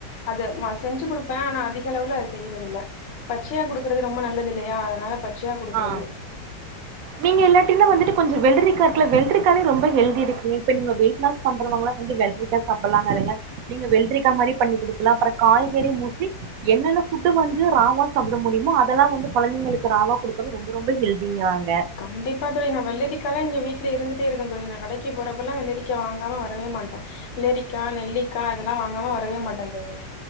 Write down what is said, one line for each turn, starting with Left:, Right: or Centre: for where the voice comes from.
Left: அத செஞ்சு கொடுப்பேன் ஆனா அதிக அளவு அத செய்யறத இல்ல பச்சையா குடுக்கறது ரொம்ப நல்லது இல்லையா அதனால பச்சயாகொடுக்குறது
Right: ஆ நீங்க இல்லாட்டி வந்துட்டு கொஞ்சம் வெல்ரிக்கா இருக்குல வெல்ரிக்காலே ரொம்ப ஹெல்தி இருக்குங்க இப்ப நீங்க வெயிட் பண்றவங்காம் வந்து வெல்ரிக்காய் சாப்பிடலாங்க இருங்க நீங்க வெல்ரிக்காய் மாரி பண்ணி குடுக்கலாம் அப்புறம் காய்கறி மூசி என்னென்ன புட்வந்து ராவா சாப்பிட முடியுமோ அதெல்லாம் வந்து குழந்தைங்களுக்கு ராவா கொடுக்கது ரொம்ப ரொம்ப ஹெலிங்காங்க
Left: கண்டிப்பா தோழி நா வெள்ளரிக்காய்லாம் இங்க வீட்டுல வீட்டில் இருந்துட்டே இருக்கேன் தோழி நான் கடைக்கு போகிறப்பெல்லாம் வெள்ளரிக்காய் வாங்காமல் வரவே மாட்டேன் வெள்ளரிக்கா நெல்லிக்காய் இதெல்லாம் வாங்காம வரவே மாட்டேன் தோழி